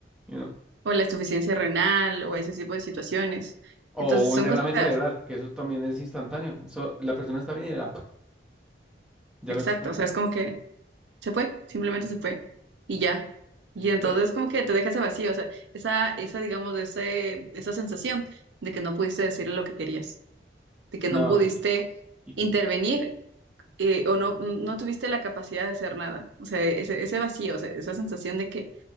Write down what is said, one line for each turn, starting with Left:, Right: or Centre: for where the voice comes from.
Centre: you know.
Right: O la insuficiencia renal o ese tipo de situaciones.
Centre: O
Right: Entonces,
Centre: un
Right: son
Centre: derrame
Right: cosas feas.
Centre: cerebral, que eso también es instantáneo. Eso, la persona está bien y la, ya
Right: Exacto,
Centre: no está.
Right: o sea, es como que se fue, simplemente se fue y ya. Y entonces
Centre: Eh,
Right: como que te deja ese vacío, o sea, esa, esa, digamos, de ese, esa sensación de que no pudiste decirle lo que querías, de que
Centre: No,
Right: no pudiste
Centre: y,
Right: intervenir eh, o no, no tuviste la capacidad de hacer nada. O sea, ese, ese vacío, o sea, esa sensación de que